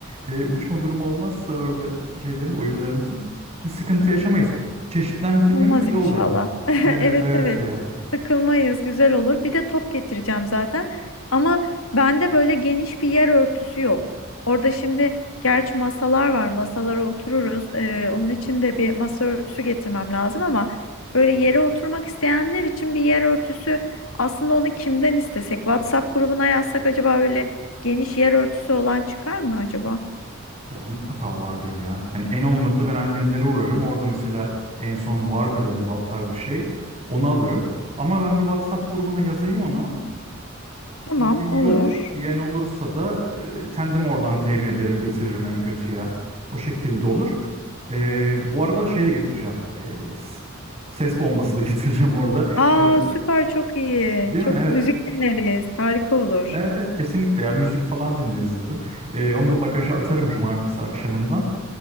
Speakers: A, on the right (about 30°); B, on the left (about 80°).
A: e, uçma durumu olmazsa orada şeylerin oyunlarımızın. Bir sıkıntı yaşamayız. Çeşitlendirmemiz
B: Olmaz
A: iyi olur
B: inşallah.
A: ama.
B: <laughs>
A: Evet
B: Evet
A: evet
B: evet.
A: ya.
B: Sıkılmayız, güzel olur. Bir de top getireceğim zaten. Ama bende böyle geniş bir yer örtüsü yok. Orada şimdi gerçi masalar var. Masalara otururuz. Ee, onun için de bir masa örtüsü getirmem lazım ama böyle yere oturmak isteyenler için bir yer örtüsü aslında onu kimden istesek? WhatsApp grubuna yazsak acaba öyle geniş yer örtüsü olan çıkar mı acaba?
A: Ya mutlaka vardır ya. Yani en olmadı ben annemlere uğrarım. Orada mesela en son vardı galiba o tarz bir şey. Onu alırım. Ama ben bir WhatsApp grubuna yazayım onu.
B: Tamam,
A: Yok
B: olur.
A: diyen olursa da e, kendim oradan temin ederim, getiririm en kötü ya. O şekilde olur. E, bu arada şey de getireceğim. E, s- ses bombası da <laughs> getireceğim orada.
B: Aa
A: Yani,
B: süper çok iyi.
A: değil
B: Çok
A: mi? Evet.
B: müzik dinleriz. Harika olur.
A: Evet evet kesinlikle ya müzik falan dinleriz dedim. Ee, onu da bagaja atarım cumartesi akşamından.